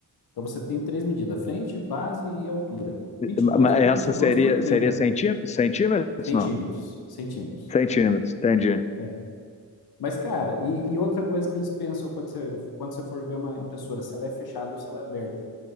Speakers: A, on the left (about 65°); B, on the left (about 20°).
A: Então você tem três medidas, frente, base e altura. Vinte
B: Ma-
A: e dois
B: ma-
A: por
B: Essa
A: vinte e dois
B: seria,
A: por 30
B: seria centí- centímetros,
A: centímetros,
B: não?
A: centímetros.
B: Centímetros, entendi.
A: É. Mas, cara, e, e outra coisa que eles pensam quando você, quando você for ver uma impressora, se ela é fechada ou se ela é aberta.